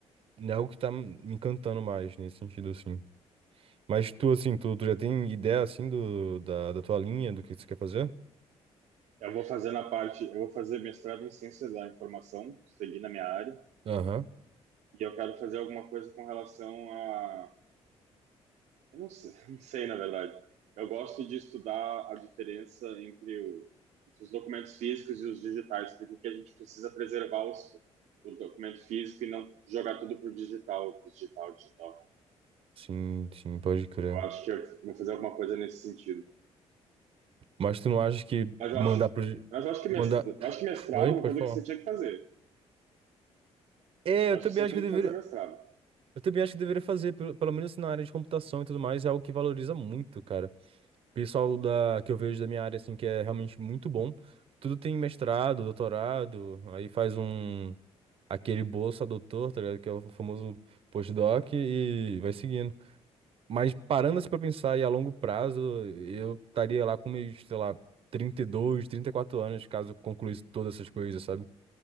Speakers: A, on the right; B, on the right.
A: não é algo que tá me encantando mais, nesse sentido, assim. Mas tu, assim, tu, tu já tem ideia, assim, do, da, da tua linha, do que você quer fazer?
B: Eu vou fazer na parte, eu vou fazer mestrado em ciência da informação, seguir na minha área,
A: Aham.
B: e eu quero fazer alguma coisa com relação a Eu não sei, <laughs> não sei, na verdade. Eu gosto de estudar a diferença entre, o- entre os documentos físicos e os digitais, porque o que a gente precisa é preservar os, o documento físico e não jogar tudo para o digital, pro digital, digital.
A: Sim, sim, pode crer.
B: Eu acho que eu vou fazer alguma coisa nesse sentido.
A: Mas tu não acha que
B: Mas
A: mandar
B: eu acho,
A: pro...
B: mas eu acho que
A: Mandar...
B: mes- eu acho que mestrado
A: Oi?
B: é
A: Pode
B: uma coisa
A: falar.
B: que você tinha que fazer.
A: É,
B: Eu
A: eu
B: acho
A: também
B: que você
A: acho
B: tem
A: que eu deveria.
B: que fazer mestrado.
A: Eu também acho que deveria fazer, pelo pelo menos na área de computação e tudo mais, é algo que valoriza muito, cara. Pessoal da, que eu vejo da minha área, assim, que é realmente muito bom. Tudo tem mestrado, doutorado, aí faz um, aquele bolsa doutor, tá ligado? Que é o famoso postdoc e vai seguindo. Mas parando assim pra pensar e a longo prazo, eu estaria lá com meus, sei lá, 32, 34 anos, caso concluísse todas essas coisas, sabe?